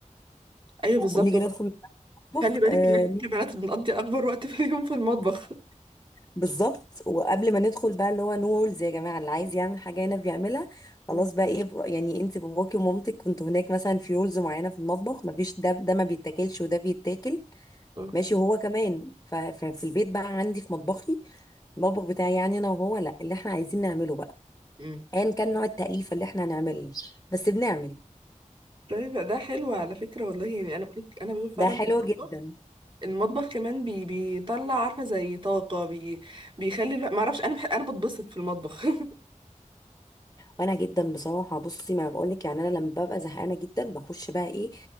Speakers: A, on the right; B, on the left.
A: ايوه بالظبط
B: وبنيجي
A: هو
B: ندخل المطبخ
A: خلي بالك
B: آه،
A: ان احنا كبنات بنقضي اكبر وقت في اليوم في المطبخ
B: بالظبط وقبل ما ندخل بقى اللي هو نو رولز يا جماعه اللي عايز يعمل حاجه هنا بيعملها خلاص
A: مم.
B: بقى ايه بقى- يعني انت باباكي ومامتك كنتوا هناك مثلا في رولز معينه في المطبخ مفيش ده ده ما بيتاكلش وده بيتاكل
A: اه
B: ماشي هو كمان ف- ففي البيت بقى عندي في مطبخي المطبخ بتاعي يعني انا وهو لا اللي احنا عايزين نعمله بقى
A: مم.
B: ايا كان نوع التأليفه اللي احنا هنعمله بس بنعمل
A: طيب ده حلو على فكره والله يعني انا بقولك انا بشوف فعلا
B: ده حلو
A: المطبخ
B: جدا
A: المطبخ كمان بي بيطلع عارفه زي طاقه بي بيخلي الواحد- ما اعرفش انا بح... انا بتبسط في المطبخ <laughs>
B: وانا جدا بصراحه بصي ما بقولك يعني انا لما ببقى زهقانه جدا بخش بقى ايه